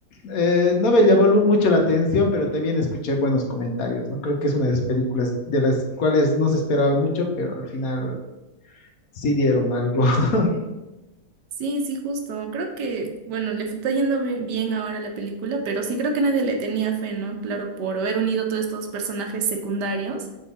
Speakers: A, on the left; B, on the right.
A: Eh, no me llamó lu- mucho la atención, pero también escuché buenos comentarios, ¿no? Creo que es una de esas películas de las cuales no se esperaba mucho, pero al final sí dieron algo. <laughs>
B: Sí, sí, justo. Creo que, bueno, le está yendo be- bien ahora a la película, pero sí creo que nadie le tenía fe, ¿no? Claro, por haber unido todos estos personajes secundarios,